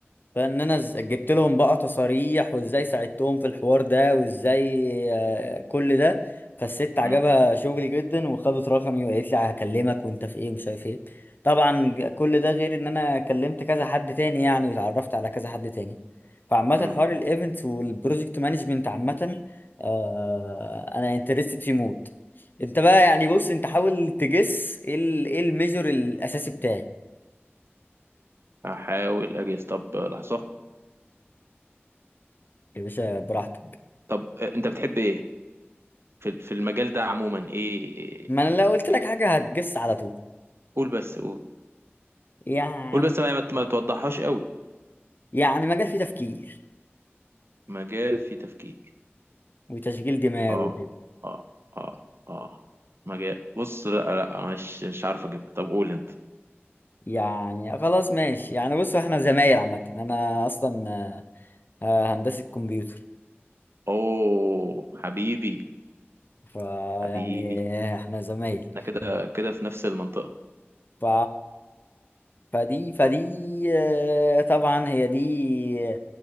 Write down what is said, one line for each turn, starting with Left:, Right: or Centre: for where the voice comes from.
Left: فان انا ز- جبت لهم بقى تصاريح وازاي ساعدتهم في الحوار ده وازاي آه، كل ده فالست عجبها
Right: مم.
Left: شغلي جدا وخدت رقمي وقالت لي هكلمك وانت في ايه ومش عارف ايه طبعا ج- كل ده غير ان انا كلمت كذا حد تاني يعني واتعرفت على كذا حد تاني فعامة
Right: مم.
Left: حوار الايفنتس والبروجكت مانجمنت عامة آه، انا انترستد فيه موت انت بقى يعني بص انت حاول تجس ايه ال- ايه الميجور الاساسي بتاعي
Right: هحاول اجهز طب لحظه
Left: يا باشا براحتك
Right: طب آه، انت بتحب ايه في في المجال ده عموما ايه,
Left: ما انا لو قلت لك
Right: إيه
Left: حاجه هتجس على طول
Right: قول بس قول
Left: يعني
Right: قول بس ما ما توضحهاش قوي
Left: يعني مجال فيه تفكير
Right: مجال فيه تفكير
Left: وتشغيل دماغ
Right: اه
Left: وكده
Right: اه اه اه مجال بص لا لا مش مش عارف اجيبها طب قول انت
Left: يعني خلاص ماشي يعني بص احنا زمايل عامه انا اصلا آه، آه، هندسه كمبيوتر
Right: اوه حبيبي
Left: فيعني
Right: حبيبي
Left: احنا زمايل
Right: احنا كده كده في نفس المنطقة
Left: ف فدي فدي آه، طبعا هي دي